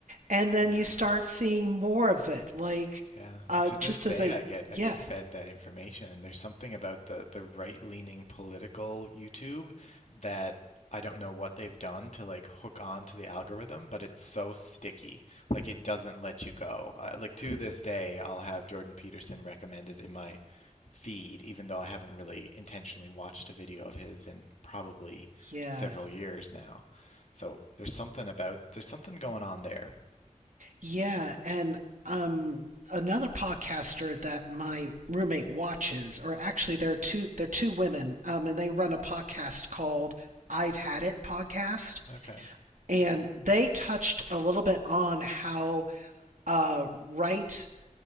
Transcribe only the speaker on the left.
yeah,
yeah.
And to this
day,
I get
I get fed that information, and there's something about the the right-leaning political YouTube that I don't know what they've done to like hook on to the algorithm, but it's so sticky. Like it doesn't let you go. Uh, like to this day, I'll have Jordan Peterson recommended in my feed, even though I haven't really intentionally watched a video of his in probably
several years now. So there's something about there's something going on there.
Okay.